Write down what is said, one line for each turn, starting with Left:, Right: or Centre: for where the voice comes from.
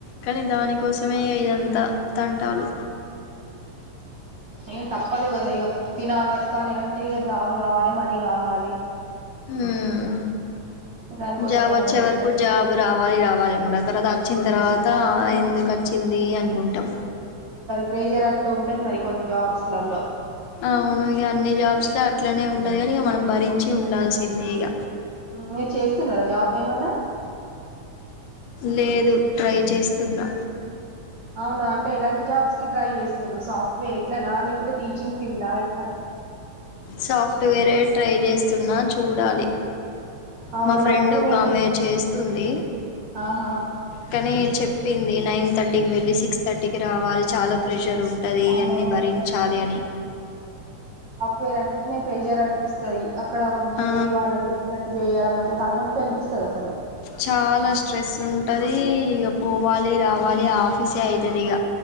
Left: కానీ దానికోసమే ఇదంతా తంటాలు
Right: ఇగ తప్పదు కదా ఇగ తినాలా బతకాలి అంటే ఇక జా జాబ్ కావాలి మనీ కావాలి
Left: హ్మ్
Right: దానికోసం
Left: జాబ్
Right: ఏమన్నా
Left: వచ్చే
Right: చేస్తాం
Left: వరకు జాబ్ రావాలి రావాలి కూడ తర్వాత వచ్చిన తర్వాత ఎందుకు ఆ వచ్చింది అనుకుంటాం
Right: ప్రేజర్ అట్లు ఉంటది మరి కొన్ని జాబ్స్లలో
Left: అవును ఇక అన్ని జాబ్స్ లో అట్లనే ఉంటది కాని ఇక మనం భరించి ఉండాల్సిందే ఇక
Right: మీరు చేస్తున్నారా జాబ్ ఏమనా
Left: లేదు ట్రై చేస్తున్నా
Right: అవునా అంటే ఎలాంటి జాబ్స్ కి ట్రై చేస్తున్రు సాఫ్ట్వేర్ ఇట్లానా లే పుడు టీచింగ్ ఫీల్డ్ ఆ ఎట్లా
Left: సాఫ్ట్వేరే ట్రై చేస్తున్నా చూడాలి
Right: అవునా
Left: మా ఫ్రెండ్
Right: మరి అన్నీ
Left: ఒక
Right: నేను
Left: ఆమె చేస్తుంది
Right: ఆహా
Left: కానీ చెప్ పింది నైన్ థర్టీకి వెళ్ళి సిక్స్ థర్టీకి రావాలి చాలా ప్రెషర్ ఉంటది
Right: అమ్మో
Left: అన్ని భరించాలి అని
Right: వేరంటనే ప్రెషర్ అనిపిస్తుది అక్కడ ఉండి
Left: ఆ
Right: అలా చెప్పినట్టు చేయడం అంతా తనను కనిపిస్తది అసలు
Left: చాలా స్ట్రెస్ ఉంటది ఇక పోవాలి రావాలి ఆఫీసే అవుతది ఇగ